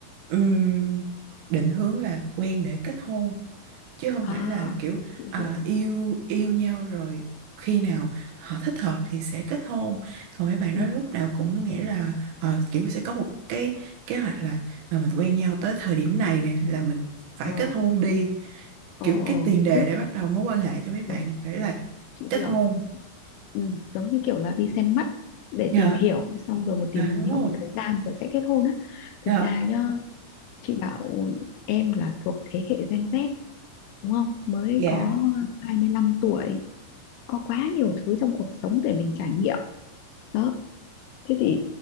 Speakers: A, on the right; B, on the left.
A: ừm, định hướng là quen để kết hôn chứ không
B: À,
A: phải là kiểu
B: chị
A: à,
B: hiểu.
A: yêu yêu nhau rồi khi nào họ thích hợp thì sẽ kết hôn còn mấy bạn
B: Ừ.
A: đó lúc nào cũng nghĩ là ờ, kiểu sẽ có một cái kế hoạch là à, mình quen nhau tới thời điểm này nè là mình phải
B: Ờ,
A: kết hôn đi
B: ờ,
A: kiểu
B: ờ,
A: cái tiền đề
B: tức
A: để bắt đầu mối quan hệ cho mấy bạn
B: rồi,
A: phải là
B: chị
A: kết
B: hiểu.
A: hôn
B: Ừ, giống như kiểu là đi xem mắt để
A: dạ
B: tìm hiểu, xong rồi một tìm
A: dạ đúng
B: hiểu
A: rồi
B: một thời gian rồi sẽ kết hôn á.
A: dạ
B: Thực ra nhá, chị bảo em là thuộc thế hệ Gen Z đúng không? Mới
A: dạ
B: có 25 tuổi, có quá nhiều thứ trong cuộc sống để mình trải nghiệm. Đó, Thế thì